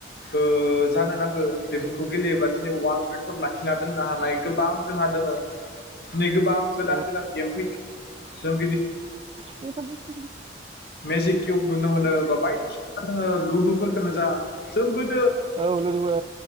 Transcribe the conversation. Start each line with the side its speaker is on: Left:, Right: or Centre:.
Left: ओ जानो नांगो बेफोरखौ गेलेयोब्ला दि दिनै अवाल्ड रेकर्ड लाखिनानै दोननो हानाय गोबां जोंहा दोङो। दिनै गोबां गोदान
Right: औ
Left: गोदान गेम फैदों जों दिनि
Right: <unintelligible>
Left: मेजिक किउब नुनो मोनो बा बायदिसिना रोखोम ङो लुदुफोरखौनो जा जों गोद
Right: औ लुदुबो